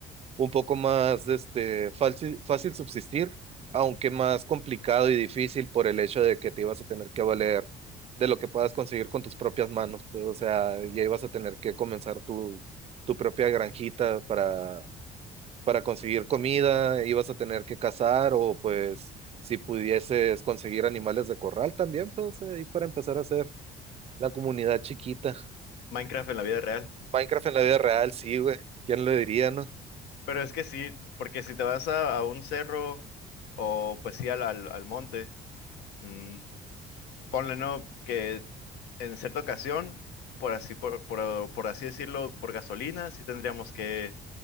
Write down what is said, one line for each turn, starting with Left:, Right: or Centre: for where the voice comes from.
Right: un poco más este, fácil, fácil subsistir, aunque más complicado y difícil por el hecho de que te ibas a tener que valer de lo que puedas conseguir con tus propias manos. Pues, o sea, ya ibas a tener que comenzar tu, tu propia granjita para para conseguir comida ibas a tener que cazar o pues si pudieses conseguir animales de corral también, pues ahí para empezar a hacer la comunidad chiquita.
Left: Minecraft en la vida real.
Right: Minecraft en la vida real, sí, güey. ¿Quién lo diría, no?
Left: Pero es que sí, porque si te vas a, a un cerro o pues sí al, al, al monte, mm, ponle no que en cierta ocasión, por así, por, por, por así decirlo, por gasolina, sí tendríamos que,